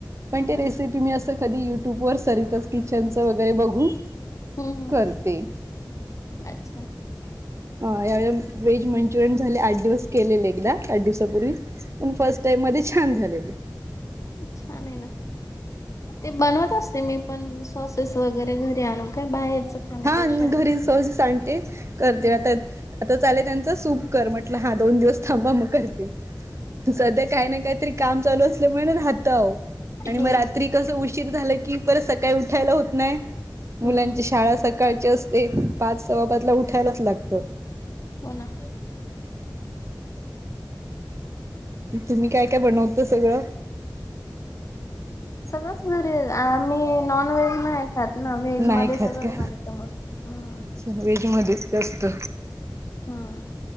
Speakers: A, on the right (about 40°); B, on the left (about 40°).
A: पण
B: हम्म
A: ते रेस
B: हम्म
A: रेसिपी मी असं कधी युट्यूबवरर सरीतच किचनचं वगैरे बघून.
B: हम्म हम्
A: करते.
B: अच्छा.
A: ह यावे वेहेज मंचुरियन झाले आठ दिवस केलेले एकदा आठ दिवसापूर्वी पण फर्स्ट टाईम मध्ये छान झालेली.
B: छान आहे ना ते बनवत असते मी. पण सॉसेस वगैरे घरी आणो काही बाहेरच. खाण्यापेक्षा
A: हा घरी सहज सांस आणते. करते
B: हम्म
A: आता आता चालेल त्यांच सुख कर म्हटलं हा दोन दिवस थांबा मग करते. सध्या काही ना काहीतरी काम चालू असल्यामुळे राहत अहो आणि
B: हो
A: मग रात्री कसं उशीर झालं की परत सकाळी उठायला होत नाही मुलांच्या
B: हम्म
A: शाळा अ सकाळचे असते पाच सवा पादला उठायलाच लागत.
B: हो ना
A: तुम्ही काय काय बनवत सगळं.
B: सगळंच भारीये आम्ही नॉनव्हेज नाही खात ना व्हेज
A: नाही
B: मध्ये सगळंच
A: खात का?
B: बनत मग. हम्म
A: अच्छा वेज मध्येच जास्त
B: हम्म